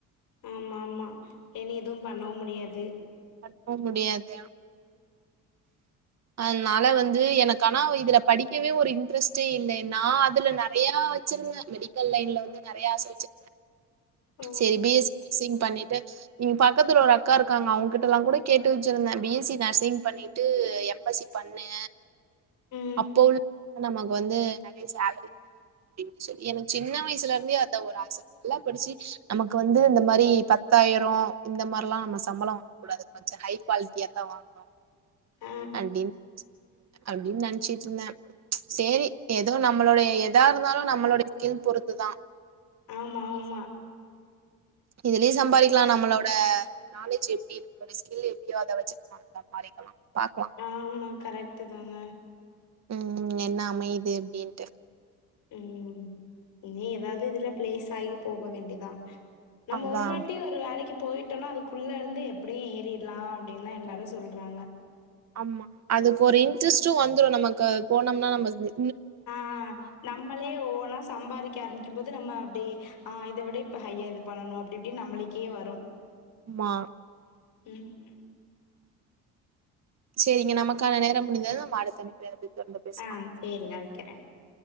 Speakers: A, on the left; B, on the right.
A: ஆமா ஆமா இனி எதுவும் பண்ணவும் முடியாது
B: அனுப்பவும் முடியாது அதனால வந்து எனக்கு ஆனா இதுல படிக்கவே ஒரு இன்ட்ரெஸ்ட்டே இல்ல நா அதுல நெறையா ச்சிருந்த மெடிக்கல் லைன்ல வந்து நெறைய ஆச வச்சு
A: ம்
B: சேரி பி எஸ் சி நர்சிங் பண்ணி ட்டு இங்க பக்கத்துல ஒரு அக்கா ருக்காங்க அவங்ககிட்டல்லாங் கூட கேட்டு வச்சிருந்தன் பி எஸ் சி நர்சிங் பண்ணி ட்டு எம் எஸ் சி பண்ணு
A: ம்
B: அப்போ உள்ள நமக்கு வந்து நறைய சேலரி கடை அப்டின் சொல்லி எனக் சின்ன வயுசுல இருந்தே அதா‌ ஒரு ஆச நல்லா படிச்சு நமக்கு வந்து இந்த மரி பத்தாயிரோ இந்த மாரில்லாம் நம்ம சம்பளம் கூடாது கொஞ்சோ ஹை குவாலிட்டியா தா வாங்கணும்
A: ஆ
B: அப்டின் அப்டின் நெனச்சிட்டுருந்தன் சேரி ஏதோ நம்மளோடைய சேரி எதோ நம்மளுடைய ஏதா இருந்தாலு நம்மளோடைய ஸ்கில் பொறுத்துதா
A: ஆமா ஆமா
B: இதுலயு சம்பாதிக்கலா நம்மளோட நாலேஜ் எப்டி இருக்குது ஸ்கில் எப்டியோ அத வெச்சி நம்ம சம்பாதிக்கலா பாக்லாம்
A: ஆமா கரெக்ட்டு தாங்க
B: ம் என்ன அமையுது அப்டின்ட்டு
A: ம் இனி எதாது இதுல பிளேஸ் ஆகி போக வேண்டிதா நம்ம
B: அதா
A: ஒரு வாட்டி ஒரு ரு வேலைக்கு போயிட்டோனா அதுக்குள்ள இருந்து எப்டியு ஏறிட்லா அப்டின்தா எல்லாரு சொல்றாங்க
B: ஆமா அதுக்கு ஒரு இன்ட்ரெஸ்ட்டு வந்துரு நமக்கு போனம்னா நம்ம இது
A: ஆ நம்மளே ஓனா சம்பாதிக்க ஆரம் பிக்கும்போது நம்ம அப்டி ஆ இத விட இப்ப ஹையா இது பண்ணணு அப்டி இப்டின்னு நம்மளுக்கே வரு
B: மா
A: ம்
B: சேரிங்க நமக்கான நேரம் முடிந்தது நம் அடுத்த இணைப்பில அப்டியே தொடர்ந்து பேசலாம்
A: ஆ சேரிங்க வெக்கிறே